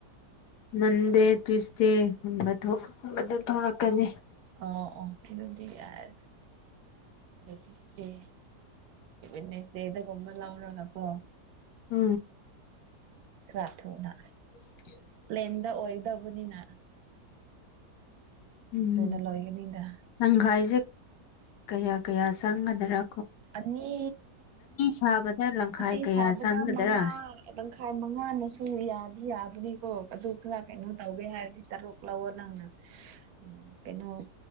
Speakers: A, on the left; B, on the right.
A: ꯃꯟꯗꯦ ꯇ꯭ꯋꯁꯗꯦꯒꯨꯝꯕ ꯊꯣꯛꯂꯛꯀꯅꯤ
B: ꯑꯣ ꯑꯣ ꯀꯩꯅꯣꯗꯤ ꯌꯥꯔꯗꯤꯦ ꯟꯅꯁꯦꯗ ꯀꯣꯃꯜ ꯂ ꯀꯄꯣ
A: ꯑ
B: ꯔꯊꯗ
A: <inaudible>
B: ꯑꯦꯗ ꯑꯣꯏꯗꯕꯅꯤꯅ
A: ꯎꯝ
B: ꯇꯨꯅ ꯂꯣꯏꯕꯅꯤꯗ
A: ꯇꯪꯈꯥꯏꯁꯦ ꯀꯌꯥ ꯀꯌꯥ ꯆꯪꯒꯗꯔ
B: ꯑꯅꯤ
A: ꯁꯥꯕꯗ ꯂꯪꯈꯥꯏ
B: ꯑ
A: ꯀꯌꯥ
B: ꯁꯥꯕꯗ
A: ꯆꯪꯒꯗ꯭ꯔꯥ
B: ꯃꯉ ꯇꯥꯏ ꯃꯉꯥꯅꯁꯨ ꯌꯥꯗꯤ ꯌꯥꯕꯅꯤꯀꯣ ꯑꯗꯨ ꯈꯔ ꯀꯩꯅꯣ ꯇꯧꯒꯦ ꯍꯥꯏꯔꯗꯤ ꯇꯔꯨꯛ ꯂꯧꯑꯣ ꯅꯪꯅ ꯎꯝ ꯀꯩꯅꯣ